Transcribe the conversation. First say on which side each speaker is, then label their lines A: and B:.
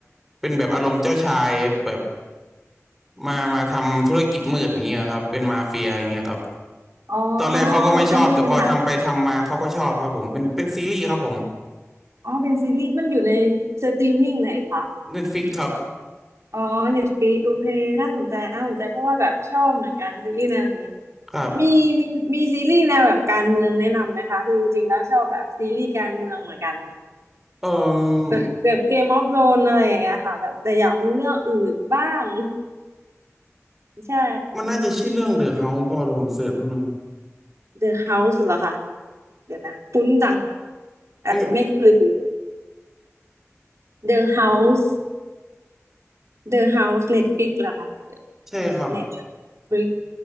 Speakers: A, in the centre; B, on the right.
A: เป็นแบบอารมณ์เจ้าชายแบบมามาทำธุรกิจมืดอย่างเงี้ยครับเป็นมาเฟียอย่างเงี้ยครับ
B: อ๋อ
A: ตอนแรกเขาก็ไม่ชอบแต่พอทำไปทำมาเขาก็ชอบครับผมเป็นเป็นซีรีส์ครับผม
B: อันนี้เป็นหนังเหรอคะอ๋อเป็นซีรีส์มันอยู่ในสตรีมมิ่งไหนคะ
A: Netflix ครับ
B: อ๋อเน t ตฟ i ิกโอเคน่าสนใจน่าสนใจเพราะว่าแบบชอบเหมือนกันซีรีส์แนวนี้
A: ครับ
B: มีมีมีซีรีส์แนวแบบการเมืองแนะนำไหมคะ คือจริงๆแล้วชอบแบบซีรีส์การเมืองเหมือนกัน
A: เอ่
B: แบบแบบเกมออฟโรนอะไรอย่างเงี้ยค่ะแบบแต่อยากดูเรื่องอื่นบ้าง
A: อ
B: <laughs> ใช่
A: มันน่าจะชื่อเรื่อง The House พอเดี๋ยวผมเสิร์ชแป๊บนึง
B: The House เหรอคะเดี๋ยวนะคุ้นจังอาจจะไม่เคยดู
A: ไม่
B: The House The House Netflix เหรอคะ
A: ใช่ครับ
B: Netflix